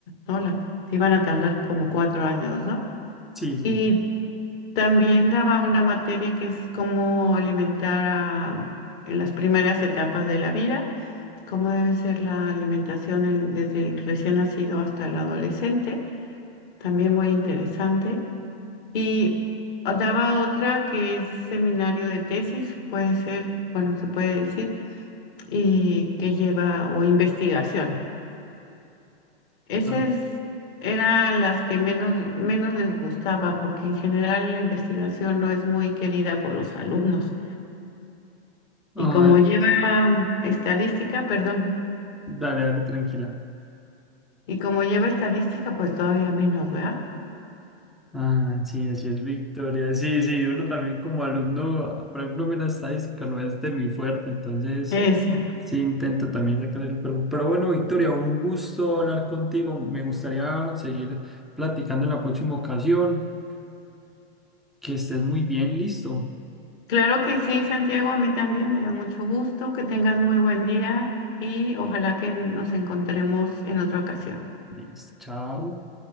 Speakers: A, on the left; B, in the centre.
A: no, la, iban a tardar como cuatro años, ¿no?
B: sí, sí.
A: Y
B: sí.
A: también daba una materia que es cómo alimentar a, mm, en las primeras etapas de la vida, cómo debe ser la alimentación en- desde el recién nacido hasta el adolescente. También muy interesante. Y daba otra que es seminario de tesis, puede ser, bueno, se puede decir, y que lleva o investigación. Esas
B: Ah,
A: eran las que menos, menos les gustaba, porque en general la investigación no es muy querida por los alumnos.
B: ah,
A: Y como lleva estadística, perdón,
B: dale, dale, tranquila.
A: y como lleva estadística, pues todavía menos, ¿verdad?
B: Ah, sí, así es Victoria. Sí, sí, uno también como alumno, por ejemplo, a mí la estadística no es de mi fuerte, entonces
A: Esa,
B: sí intento también sacar el cuerpo. Pero bueno, Victoria, un gusto hablar contigo. Me gustaría seguir platicando en la próxima ocasión. Que estés muy bien, listo.
A: Claro que sí, Santiago, a mí también me dio mucho gusto, que tengas muy buen día y ojalá que nos encontremos en otra ocasión.
B: Listo, chao.